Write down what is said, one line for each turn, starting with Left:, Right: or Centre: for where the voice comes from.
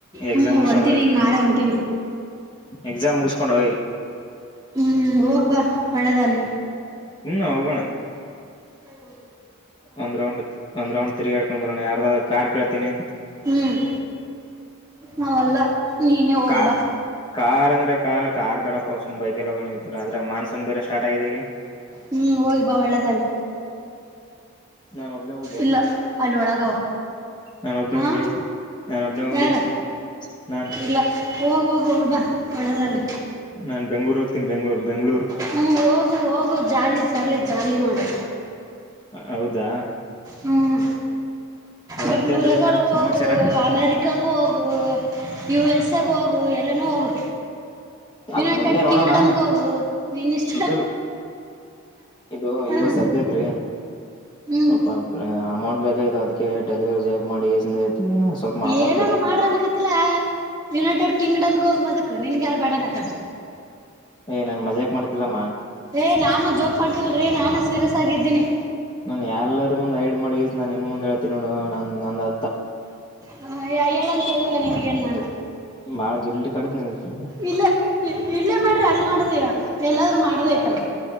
Left: ಎಕ್ಸಾಮ್
Right: ಹ್ಮ್
Left: ಉಸೊಂಡ
Right: ಹೊಂಟೀನಿ ಈಗ ನಾಳೆ ಹೊಂಟೀನಿ
Left: ಎಕ್ಸಾಮ ಮುಗಿಸಕೊಂಡ್ ಹಯ್
Right: ಹ್ಮ್ ಹೋಗ್ ಬಾ ಒಳ್ಳೆದಾನೆ
Left: ಹನ್ನ ಹೋಗಣ
Right: ಷೌದು
Left: ಒಂದ್ ರೌಂಡ್ ಒಂದ್ ರೌಂಡ್ ತಿರುಗಾಡ್ಕೊಂಡ ಬೋಣ ಯಾರದಾದ್ರ ಕಾರ್ ಕೇಳ್ತಿನಿ
Right: ಹ್ಮ್ ನವಲ್ಲ ನೀನೇ ಹೋಗ್ಬಾ
Left: ಕಾ ಕಾರ್ ಅಂದ್ರೆ ಕಾರ್ ಕಾರ್ ಬಡ ಪಸ ಬೈ ಎಲ್ಲ್ರ ಅ್ರಾಗ ಮಾನ್ಸೂನ್ ಬೇರೆ ಸ್ಟಾರ್ಟ ಆಗಿದ ಈಗ
Right: ಹ್ಮ್ ಹೋಗಿ ಬಾ ಒಳ್ಳದಲ್
Left: ನಾನ್ ಒಬ್ನೇ ಹೋಗ್ಲೇನ್
Right: ಇಲ್ಲ ಅಲ್ಲಿ ಒಳಗವ
Left: ನಾನ್ ಒಬ್ನೇ
Right: ಹಾ
Left: ಹೋಗ್ಲಿ ನಾನ್ ಒಬ್ನೇ ಹೋಗ್ಲಿ
Right: ಯಾರ
Left: ನಾನ್
Right: ಇಲ್ಲ ಹೋಗುವೋಗ ಹ ಬಾ ಬಳ ಜಲ್ಲ
Left: ನಾನ್ ಬೆಂಗ್ೂ ಹ್ತೀಿ ಬೆಂಳೂರು ಬೆಂಳೂರು
Right: ಹ್ಞ ಹೋಗು ಹೋಗು ಜಾಲಿ ಜಾಲಿ ಜಾಲಿ ಮಾಡಿ
Left: ಹೌದಾ
Right: ಹ್ಮಞ ಬೆಂಗ್ಳೂರಾಗ
Left: ಮತ್ತೇನ್ರೀ ಮೇಡಮ್
Right: ಹೋಗು
Left: ಸಮಾಚಾರ
Right: ಅಮೇರಿಕಾಗ ಹೋಗು ಯು ಎಸ್ ಎಗ ಹೋಗು ಎಲ್ಲನೂ ಹೋಗು
Left: ಅದ
Right: ಯುನೈಟೆಡ್
Left: ಮುಂದೆ ನೋಡೋಣ
Right: ಕಿಂಗ್ಡಮ್ಗೆ ಹೋಗು ಇನ್ನಿಷ್ಟ
Left: ಇದಲ್ ಇದು
Right: ಹ
Left: ಇವಾಗ ಸದ್ಯಕ್ರೀ
Right: ಹ್ಮ್
Left: ಸ್ವಲ್ಪ ಅಮೌಂಟ್ ಬೇಕಾಗತಾವ ಅದಕ್ಕೆ ಡೆಲಿವರಿ ಜಾಬ್ ಮಾಡಿ ಏನೋ ಸ್ವಲ್ಪ ಅಮೌಂಟ್
Right: ಏನೆಲ್ಲ
Left: ತರ್ಬೇಕಂತಿದ್ದೀನಿ
Right: ಮಾಡ್ರ ಅನ್ಕತಿಲ್ಲ ಯುನೈಟೆಡ್ ಕಿಂಗ್ಡಮ್ ಹೋಗ್ ಬದಕ್ ನಿನ್ಗೆ ಯಾರು ಬಕಸ
Left: ಏ ನಾನ್ ಮಜಾಕ್ ಮಾಡ್ತಿಲ್ಲಮ್ಮ
Right: ಏ ನಾನು ಜೋಕ್ ಮಾಡ್ತಿೀಲ್ರೀ ನಾನು ಸೀರಿಯಸ್ ಾಗಿದ್ದೀನಿ
Left: ನಾನನ್ ಎಲ್ಲಾರರ ಮುಂದ್ ಐಡ್ ಮಾಡಿ ನಾನನ್ ಇನ್ ಮುಂದ್ ಹೇಳ್ತಿ ನೋಡ ನ ನ
Right: ಹ ಹೇಳಂತ ಹೇಳಿಲ್ಲ ನಿಿನಗೆ ನಾನ
Left: ಬಾಳ ಗಿಲ್ಟ್ ಕಡತ್ ನನಗೆ ಫುಲ್
Right: ಇಲ್ಲೇ ಇಲ್ಲೇ ಮಾಡ್ರಿ ಅಲ್ಲಿ ಮಾಡದ ಎಲ್ಲಾದ್ರರು ಮಾಡದ ಆಐ್ತಲ್ಲ